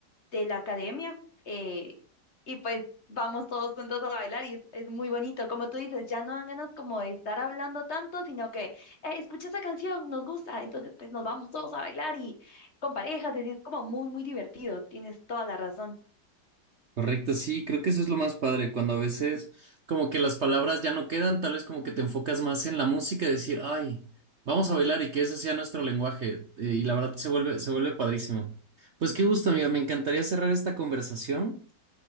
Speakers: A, on the left; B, on the right.
A: la academia eh, y pues vamos todos juntos a bailar y es, es muy bonito. Como tú dices, ya no dan ganas como de estar hablando tanto, sino que "Eh, escucha esa canción, nos gusta, entonces pues nos vamos todos a bailar y con parejas, y es como muy, muy divertido. Tienes toda la razón.
B: Correcto, sí, creo que eso es lo más padre, cuando a veces como que las palabras ya no quedan, tal vez como que te enfocas más en la música y decir, ay, vamos a bailar y que ese sea nuestro lenguaje. eh, y la verdad se vuelve, se vuelve padrísimo. Pues qué gusto, amigo, me encantaría cerrar esta conversación